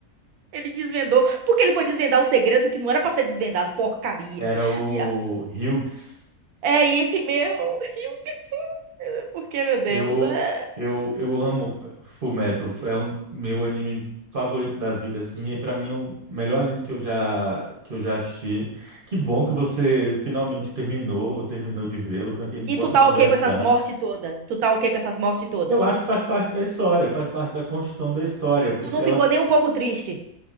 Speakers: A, on the right; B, on the right.
A: ele desvendou, porque ele foi desvendar o segredo que não era pra ser desvendado, porcaria.
B: era o
A: E, a-
B: Hughes.
A: é, e esse mesmo, <laughs> e o que foi? Porque, meu Deus,
B: Eu,
A: é...
B: eu, eu amo Fullmetal, é um meu anime favorito da vida, assim, e para mim é o melhor anime que eu já que eu já assisti. Que bom que você finalmente terminou ou terminou de vê-lo para que a gente
A: E
B: possa
A: tu tá
B: conversar.
A: ok com essas mortes todas? Tu tá ok com essas mortes todas?
B: Eu acho que faz parte da história, faz parte da construção da história. Preci-
A: Tu não
B: Ela,
A: ficou nem um pouco triste?